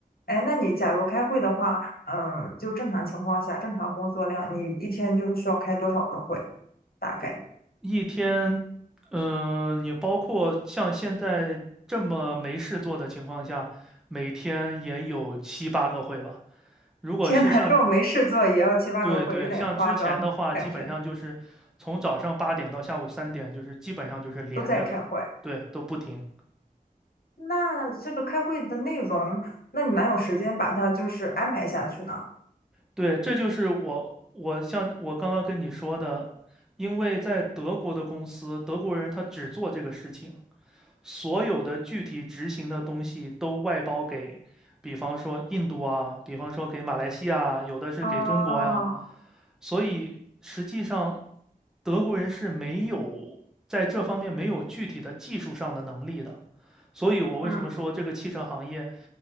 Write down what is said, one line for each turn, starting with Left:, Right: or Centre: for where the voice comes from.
Left: 哎，那你假如开会的话，嗯，就正常情况下，正常工作量，你一天就是需要开多少个会？大概？
Centre: 一天，嗯，你包括像现在这么没事做的情况下，每天也有七八个会吧。
Left: <laughs>
Centre: 如果是像，
Left: 天呐，这种没事做也要七八个会，
Centre: 对对，
Left: 有点夸张，
Centre: 像之前的话，
Left: 感觉
Centre: 基本上就是从早上八点到下午三点，就是基本上就是连着的，
Left: 都在开会。
Centre: 对，都不停。
Left: 那这个开会的内容，那你哪有时间把它就是安排下去呢？
Centre: 对，这就是我我像我刚刚跟你说的，因为在德国的公司，德国人他只做这个事情，所有的具体执行的东西都外包给，比方说印度啊，比方说给马来西亚，有的是给中国呀，
Left: 哦，
Centre: 所以实际上德国人是没有在这方面没有具体的技术上的能力的，所以我为什么说这个汽车行业
Left: 嗯。